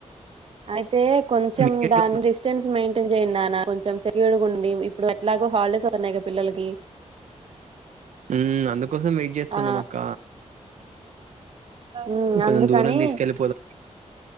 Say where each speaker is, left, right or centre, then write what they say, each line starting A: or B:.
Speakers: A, on the right; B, on the right.
A: అయితే కొంచెం
B: మీకెట్లుంది
A: దాని డిస్టెన్స్ మెయిన్ జేన్ నాన కొంచం సెక్యూరిడ్ ఉండి ఇప్పుడు ఎట్లాగో హాలిడేస్ వస్తా న్నాయి పిల్లలకి
B: హ్మ్ అందుకోసం వెయిట్ చేస్తున్నాం
A: ఆ
B: అక్క
A: ఉమ్
B: కొంచెం
A: అందుకని
B: దూరం తీసుకెళ్ళిపోతాం